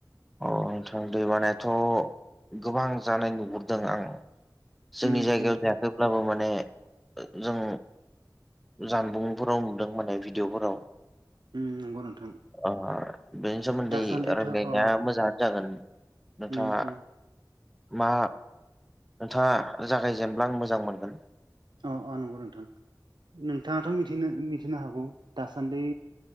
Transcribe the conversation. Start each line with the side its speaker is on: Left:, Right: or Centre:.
Centre: औ नोंथां दै बानायाथ' गोबां जानाय नुहुरदों आं जोंनि
Right: उम
Centre: जायगायाव
Right: उम
Centre: जायाखैब्लाबो माने जों जानबुंफोराव नुदों माने भिडिअफोराव
Right: उम नंगौ नोंथां
Centre: ओ बिनि सोमोन्दै
Right: दासान्दिथ'
Centre: रायलायनो
Right: अ
Centre: दा मोजाङानो जागोन नोंथाङा
Right: उम उम
Centre: मा नोंथाङा जागायजेनब्ला आं मोजां मोनगोन
Right: अ अ नंगौ नोंथां नोंथाङाथ' मिथिनो मिथिनो हागौ दासान्दै